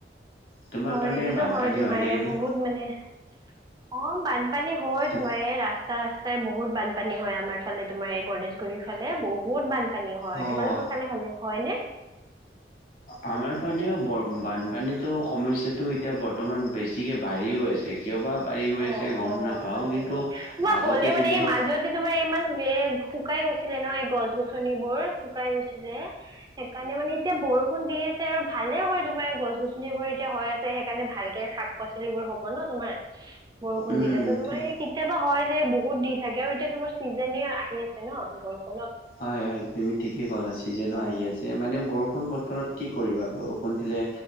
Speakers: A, on the left (about 50°); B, on the right (about 25°).
A: তোমাৰ
B: হয়
A: পানে
B: এইটোতো
A: বানপানী
B: হয় তোমাৰ
A: হয়নে এনে?
B: বহুত মানে অ, বানপানী হয়
A: তো-
B: তোমাৰ এই ৰাস্তা-ৰাস্তা ঠাই বহুত বানপানী হয় আমাৰ ফালে তোমাৰ এই গণেশগুৰিৰ ফালে বহুত বান পানী হয়
A: অ',
B: তোমালোকৰ খালে হ'লে হয় নে?
A: আমাৰ পানেও বৰ বানপানীতো সমস্যাটো এতিয়া বৰ্তমান বেছিকে বাঢ়ি গৈ আছে কিয় বা? বাঢ়ি গৈ
B: অ',
A: আছে
B: অ',
A: গম নাপাওঁ
B: হয়
A: কিন্তু
B: নেকি তোমাৰ
A: আগতে
B: হলেও
A: তেনেকুৱা
B: মানে এই মাজতে তোমাৰ ইমান শুকাই গৈছিলে নহ গছ-গছনিবোৰ শুকাই গৈছিলে সেইকাৰণে মানে এতিয়া বৰষুণ দি আছে আৰু ভালে হয় তোমাৰ গছ-গছনিবোৰ এতিয়া হয় আছে সেইকাৰণে ভালকে শাক-পাচলিবোৰ হ'ব ন তোমাৰ। বৰষুণ
A: উম
B: দিলে ত তোমাৰ
A: তুমি-
B: এই কেতিয়াবা হয় যে বহুত দি থাকে আৰু এতিয়া তোমাৰ চিজনে আহি আছে ন বৰষুণ
A: হয়-হয় তুমি ঠিকেই ক'লাছি যেনো
B: অ
A: আহি আছে মানে বৰষুণ বৰত কি কৰিবা বৰষুণ দিলে